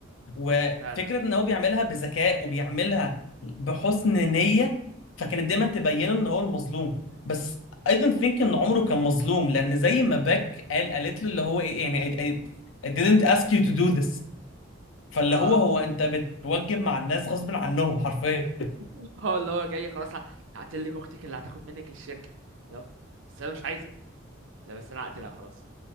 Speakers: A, on the left; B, on the right.
A: وفكره
B: اه فعلا
A: ان هو بيعملها بذكاء وبيعملها بحسن نيه فكانت دايما تبينه ان هو المظلوم بس I don't think ان عمره كان مظلوم لان زي ما باك قال قالت له اللي هو ايه يعني I, I, I didn't ask you to do this فاللي
B: اه
A: هو هو انت بتوجب مع الناس غصب عنهم حرفيا
B: <laughs> هو اللي هو جاي خلاص ه- هقتلك اختك اللي هتاخد منك الشركه لا بس انا مش عايزه لا بس انا هقتلها خلاص